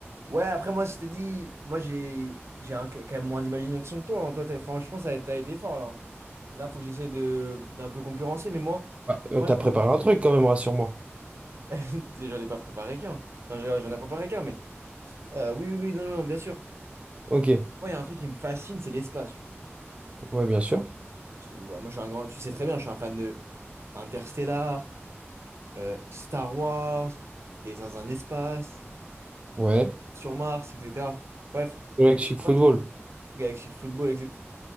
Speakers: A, on the right (about 70°); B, on the right (about 25°).
A: Ouais, après, moi, je t'ai dit, moi, j'ai j'ai un- quand même moins d'imagination que toi. hein. Toi, t'as- enfin, je pense que t'as t'as été fort, là. Là, faut que j'essaie de d'un peu concurrencer, mais moi,
B: Bah, euh,
A: moi,
B: t'as
A: je me
B: préparé
A: suis
B: un
A: dit-
B: truc quand même, rassure-moi.
A: <laughs> j'en ai pas préparé qu'un. Non, je rigole, j'en ai préparé qu'un, mais... euh, oui, oui, oui, non, non, non, bien sûr.
B: Ok,
A: Moi, il y a un truc qui me fascine, c'est l'espace, tu vois.
B: ouais, bien sûr.
A: Tout- Moi, je suis un grand... Tu sais très bien, je suis un fan de Interstellar. euh, Star Wars, les uns dans l'espace,
B: Ouais.
A: sur Mars, etc. Bref,
B: Ouais, Chic Football.
A: Ouais. Galactic Football, etc.